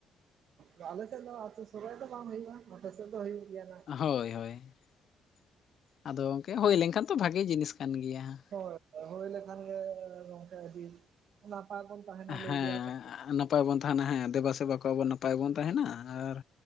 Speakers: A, on the right; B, on the left.
A: ᱚ ᱟᱞᱮ ᱥᱮᱫ ᱫᱚ ᱟᱛᱩ ᱥᱚᱦᱨᱟᱭ ᱫᱚ ᱵᱟᱝ ᱦᱩᱭᱩᱜ-ᱟ, ᱟᱯᱮ ᱥᱮᱫ ᱫᱚ ᱦᱩᱭᱩᱜ ᱜᱮᱭᱟ ᱱᱟᱜ ᱾
B: ᱦᱳᱭ ᱦᱳᱭ ᱾ <inaudible> ᱟᱫᱚ ᱜᱚᱝᱠᱮ ᱦᱩᱭ ᱞᱮᱱᱠᱷᱟᱱ ᱛᱚ ᱵᱷᱟᱜᱮ ᱡᱤᱱᱤᱥ ᱠᱟᱱ ᱜᱮᱭᱟ ᱾
A: ᱦᱳᱭ ᱦᱩᱭ ᱞᱮᱠᱷᱟᱱ ᱜᱮ ᱜᱚᱝᱠᱮ ᱟᱹᱰᱤ ᱱᱟᱯᱟᱭ ᱵᱚᱱ ᱛᱟᱦᱮᱱᱟ ᱞᱟᱹᱭ
B: ᱦᱮᱸ
A: ᱜᱮᱭᱟ ᱠᱚ
B: ᱱᱟᱯᱟᱭ ᱵᱚᱱ ᱛᱟᱦᱮᱱᱟ ᱦᱮᱸ ᱫᱮᱵᱟ ᱥᱮᱵᱟ ᱠᱚᱣᱟ ᱵᱚᱱ ᱱᱟᱯᱟᱭ ᱵᱚᱱ ᱛᱟᱦᱮᱱᱟ ᱟᱨ